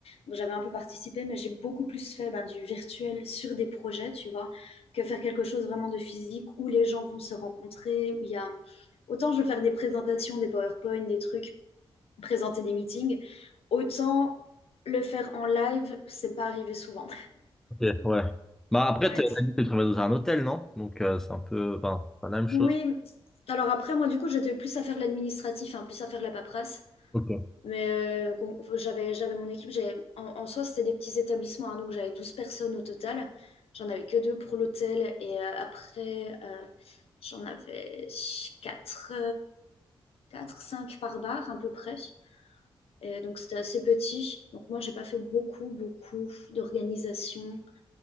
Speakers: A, on the left; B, in the centre.
A: Donc, j'avais un peu participé, mais j'ai beaucoup plus fait ben, du virtuel sur des projets, tu vois, que faire quelque chose vraiment de physique où les gens vont se rencontrer, où il y a... Autant je veux faire des présentations, des PowerPoint, des trucs, présenter des meetings, autant le faire en live, c'est pas arrivé souvent.
B: Ok, ouais. Bah après,
A: <laughs> ouais,
B: t'as t'as dit que tu travailles dans un hôtel, non? Donc euh, c'est un peu, enfin, pas la même chose.
A: Oui, alors après, moi, du coup, j'étais plus à faire l'administratif, hein, plus à faire la paperasse.
B: Ok,
A: Mais euh, qu'on- j'avais, j'avais mon équipe, j'avais, en, en soi, c'était des petits établissements, hein, donc j'avais 12 personnes au total. J'en avais que deux pour l'hôtel et euh, après, euh, j'en avais 4, 4, 5 par bar à peu près. Et donc c'était assez petit. Donc moi, j'ai pas fait beaucoup, beaucoup d'organisation